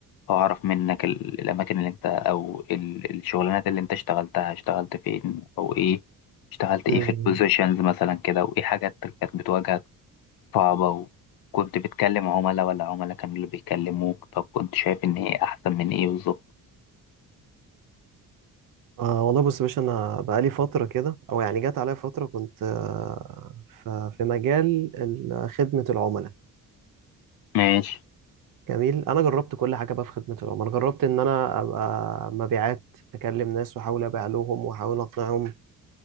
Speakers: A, on the left; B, on the right.
A: وأعرف منك ال- الأماكن اللي أنت أو ال- الشغلانات اللي أنت اشتغلتها اشتغلت فين أو إيه اشتغلت
B: مم.
A: إيه في البوزيشنز مثلا كده وإيه حاجات كانت بتواجهك صعبة وكنت بتكلم عملاء ولا عملاء كانوا اللي بيكلموك طب كنت شايف إن إيه أحسن من إيه بالظبط
B: آه والله بص يا باشا انا بقالي فتره كده او يعني جت عليا فتره كنت آه ف- في مجال ال- خدمه العملاء
A: ماشي
B: جميل انا جربت كل حاجه بقى في خدمه العملاء جربت ان انا ابقى مبيعات اكلم ناس واحاول ابيع لهم واحاول اقنعهم